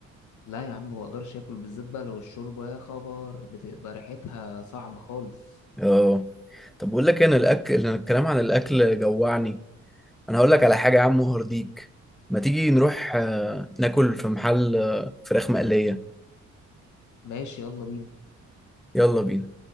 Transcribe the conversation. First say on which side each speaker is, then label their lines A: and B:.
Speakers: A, on the left; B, in the centre.
A: لا يا عم ما بقدرش اكل بالذات بقى لو الشوربة يا خبر بتبقى ريحتها صعبة خالص
B: اه طب بقول لك إيه، انا الاكل أنا الكلام عن الاكل جوعني انا هقول لك على حاجه يا عم هرديك ما تيجي نروح آه، ناكل في محل آه، فراخ مقليه
A: ماشي يلا بينا
B: يلا بينا